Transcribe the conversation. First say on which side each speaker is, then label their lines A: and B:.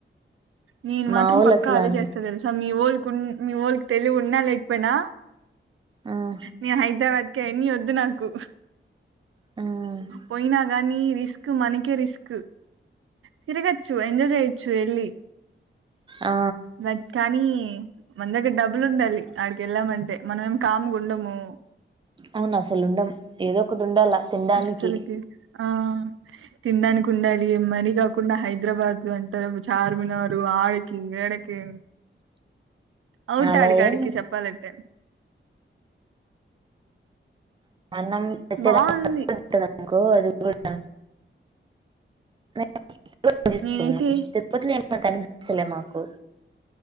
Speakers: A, on the right; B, on the right.
A: నేను
B: మా
A: మాత్రం
B: వోళ్ళు
A: పక్కా
B: అసలు
A: అదే చేస్తా తెలుసా ఒల్ కున్ మీవాళ్లకు తెలివున్నా లేకపోయినా
B: ఆ
A: నిన్ హైద్రబాద్ కయన్ని వద్దు నాకు
B: ఏం
A: పోయినా కానీ రిస్క్ మనకే రిస్క్ తిరగచ్చు ఎంజాయ్ చేయొచ్చు వెళ్ళి
B: ఆ
A: బట్ కానీ మన దగ్గర డబ్బులు ఉండాలి ఆడికేళ్ళామంటే మనం ఏం కామ్ గ ఉండము
B: అవును అసలు ఉండం ఏదోకటి ఉండాల తినడానికి
A: అస్సలుకి ఆ తినడానికి ఉండాలి మని కాకుండా హైదరాబాద్ అంటర్ చార్మినారు ఆడికి ఇడికి అవుటడికడికి
B: అలా ఏం
A: చెప్పాలంటే
B: అన్నం పెట్టేదన్ని
A: బాగుంది
B: బట్టి ఉంటదనుకో అది కూడా <unintelligible> లేకపోతే
A: నేనైతే
B: <unintelligible> చలే మాకు